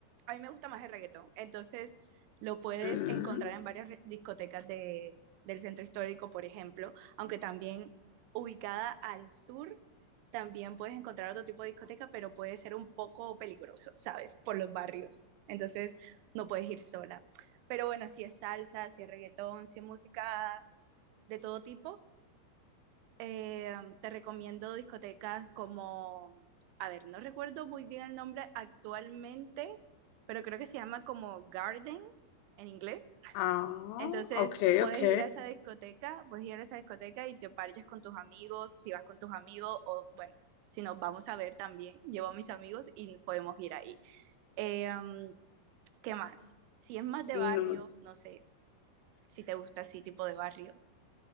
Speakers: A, on the right; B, on the left.
A: a mí me gusta más el reggaetón. Entonces, lo puedes
B: Mm.
A: encontrar en varias re- discotecas de, del centro histórico, por ejemplo, aunque también ubicada al sur, también puedes encontrar otro tipo de discoteca, pero puede ser un poco peligroso, ¿sabes? Por los barrios. Entonces, no puedes ir sola. Pero bueno, si es salsa, si es reggaetón, si es música de todo tipo, eh, te recomiendo discotecas como, a ver, no recuerdo muy bien el nombre actualmente, pero creo que se llama como Garden en inglés.
B: Ah,
A: Entonces
B: ok,
A: puedes
B: ok.
A: ir a esa discoteca, puedes ir a esa discoteca y te parches con tus amigos, si vas con tus amigos o bueno, si nos vamos a ver también, llevo a mis amigos y podemos ir ahí. Eh, um, ¿Qué más? Si es más de
B: No.
A: barrio, no sé si te gusta así tipo de barrio